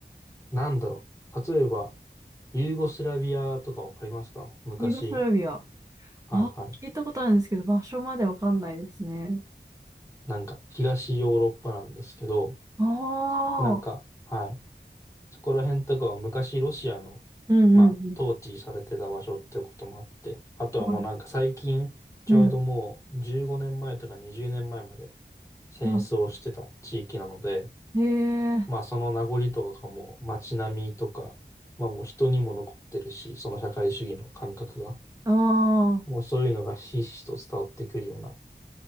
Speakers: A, on the left; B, on the right.
A: なんだろう。例えば、ユーゴスラビアとかわかりますか昔。
B: ユーゴスラビア。
A: はいはい。
B: あ、聞いたことあるんですけど、場所までわかんないですね。
A: なんか、東ヨーロッパなんですけど、
B: あ
A: なんか、
B: あ。
A: はい。そこら辺とかは昔ロシアの、
B: うんうんうん。
A: まあ、統治されてた場所ってこともあって、あとはもうなんか最近、
B: はい
A: ちょうどもう15年前とか20年前まえまで
B: うん。
A: 戦争してた地域なので、
B: あ、へえ。
A: まあその名残とかがもう街並みとか、まあもう人にも残ってるし、その社会主義の感覚が。
B: ああ。
A: もうそういうのがひしひしと伝わってくるような